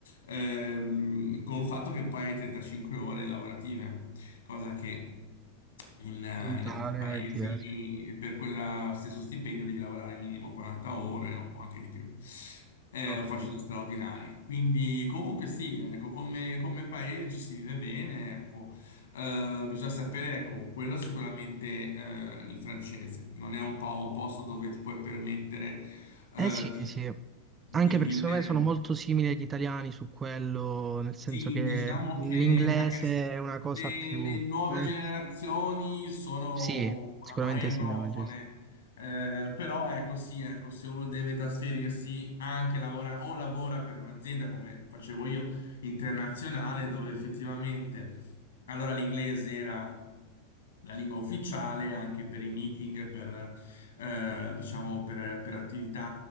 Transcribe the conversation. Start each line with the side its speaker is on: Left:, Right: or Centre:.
Left: Ehm, con il fatto che poi hai 35 ore lavorative, cosa che in, eh,
Right: In Italia
Left: in altri paesi
Right: e TR.
Left: e per quello stesso stipendio devi lavorare minimo 40 ore o anche di più. Eh,
Right: Ho
Left: o
Right: capito.
Left: facendo straordinari. Quindi, comunque, sì, ecco, come, come paese ci si vive bene, ecco. Eh, bisogna sapere, ecco, quello sicuramente eh, il francese. Non è un po' un posto dove ti puoi permettere eh,
Right: Eh sì,
Left: di,
Right: sì, anche
Left: di
Right: perché
Left: vivere.
Right: secondo me sono molto simili agli italiani su quello, nel senso
Left: Sì,
Right: che
Left: diciamo
Right: l'inglese
Left: che anche se
Right: è una cosa più...
Left: le nuove
Right: eh,
Left: generazioni sono
Right: sì,
Left: oramai
Right: sicuramente
Left: anglofone,
Right: sì, l'inglese.
Left: eh, però ecco sì, ecco, se uno deve trasferirsi anche lavora o lavora per un'azienda come facevo io internazionale, dove effettivamente allora l'inglese era la lingua ufficiale anche per i meeting, per, eh, diciamo per, per attività,